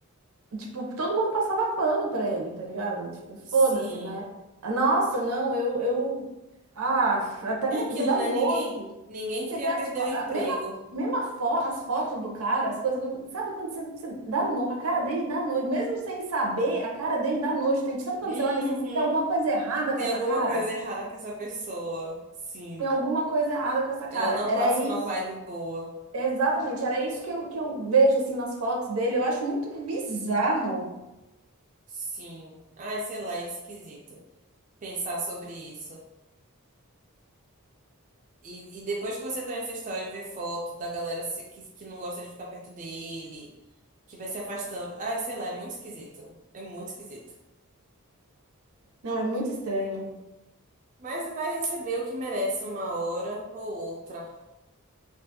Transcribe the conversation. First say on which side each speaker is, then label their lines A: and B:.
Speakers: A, on the right; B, on the right.
A: Tipo, todo mundo passava pano pra ele, tá ligado? Tipo, foda-se,
B: sim.
A: né? Ah, Nossa, não, eu, eu... Ah, até
B: É
A: me, me
B: aquilo,
A: dá
B: né?
A: um
B: Ninguém,
A: nojo.
B: ninguém
A: E você
B: queria
A: vê as
B: perder
A: fotos,
B: o emprego.
A: mesma, mesma fo as fotos do cara, as coisas... Sabe quando você, você dá no... A cara dele dá nojo. Mesmo sem saber, a cara dele dá nojo. Tem, sabe quando
B: Uhum.
A: você olha assim, você tem alguma coisa errada
B: Tem
A: com essa
B: alguma
A: cara?
B: coisa errada com essa pessoa. Sim.
A: Tem alguma coisa errada com essa cara.
B: Ela não
A: Era
B: passa
A: isso...
B: uma vibe boa.
A: Exatamente, era isso que eu, que eu vejo, assim, nas fotos dele. Eu acho muito bizarro.
B: Sim. Ai, sei lá, é esquisito pensar sobre isso. E, e depois que você conhece a história e vê foto da galera se- que, que não gosta de ficar perto dele, que vai se afastando. Ai, sei lá, é muito esquisito. É muito esquisito.
A: Não, é muito estranho.
B: Mas vai receber o que merece uma hora ou outra.